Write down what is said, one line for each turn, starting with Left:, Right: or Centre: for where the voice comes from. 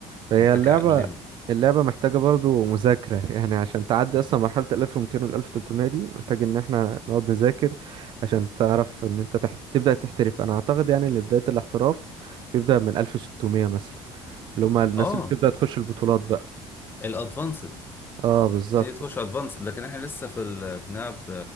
Right: هي
Left: بس ده
Right: اللعبة
Left: كان الليميت
Right: اللعبة محتاجة برضه مذاكرة يعني عشان تعدي أصلا مرحلة ال 1200 وال 1300 دي محتاج إن احنا نقعد نذاكر عشان تعرف إن أنت تحت... تبدأ تحترف أنا أعتقد يعني إن بداية الاحتراف بيبدأ من 1600 مثلا اللي هما الناس
Left: اه
Right: اللي بتبدأ تخش البطولات بقى
Left: الادفانسد
Right: اه بالظبط
Left: تبتدي تخش ادفانسد لكن احنا لسه في ال- بنلعب